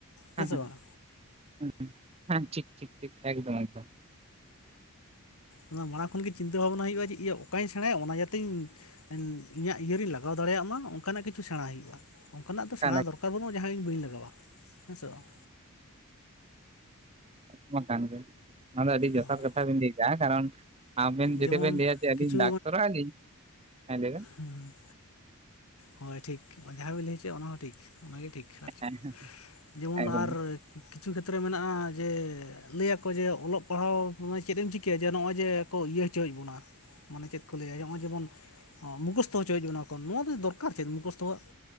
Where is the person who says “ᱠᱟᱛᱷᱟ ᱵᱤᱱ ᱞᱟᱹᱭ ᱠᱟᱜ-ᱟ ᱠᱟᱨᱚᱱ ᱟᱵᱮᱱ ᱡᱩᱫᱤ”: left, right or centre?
Right